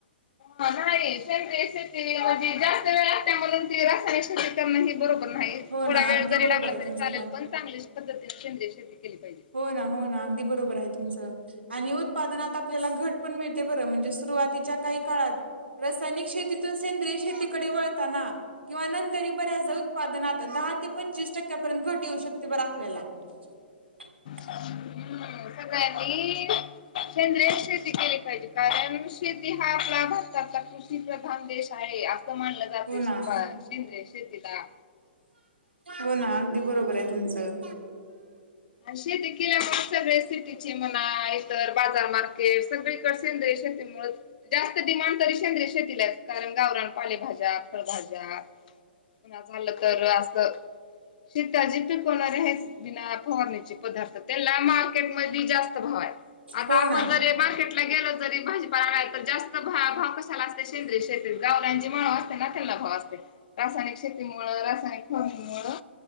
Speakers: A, on the left; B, on the right.
A: ह नाही श शेती म्हणजे जास्त वेळ लागते म्हणून ती रासायनिक शेती करण ह बरोबर नाही.
B: हो
A: थोडा
B: ना
A: वेळ
B: अगदी
A: जरी
B: बरोबर
A: लागला
B: आहे
A: तरी
B: तुमचं
A: चालेल पण चांगली पद्धतीने शिंद शेती केली पाहिजे.
B: हो ना हो ना अगदी बरोबर आहे तुमचं आणि हो. उत्पादनात आपल्याला घट पण मिळते बरं म्हणजे सुरुवातीच्या काही काळात रासायनिक शेतीतून सेंद्रिय शेतीकडे वळताना. किंवा नंतर बऱ्याच उत्पादनात दहा ते पंचवीस टक्क्यापर्यंत घट येऊ शकते बरं आपल्याला <inaudible>
A: हम्म सगळ्यांनी संद्र शेती केली पाहिजे कारण. शेती हा आपला भारतातला कृषी प्रधान देश आहे असं मानलं जाते.
B: हो ना
A: ब शेंदे सेतीला
B: हो ना अगदी बरोबर आहे तुमचं.
A: आणि शेती केल्या सगळे सिटीचे म्हणा इतर बाजार मार्केट सगळे पसें दश तेमु जास्त डिमांड तरी शेंद्र शेतीलाच कारण गावरान पालेभाज्या फलभाज्या पु झालं तर असं शेताचीी पिकवणारे आहेच बिना फवारणीची पदार्थ त्याला मार्केट म जास्त भाव आहे. आता
B: हो ना
A: आपण जरी मार्केटला गेलो जरी भाजीपाणाला जास्त भाव कशाला असेंद श गावची मा असते ना भाव असतेय. शेतीमुळे रासायनिक फणी मु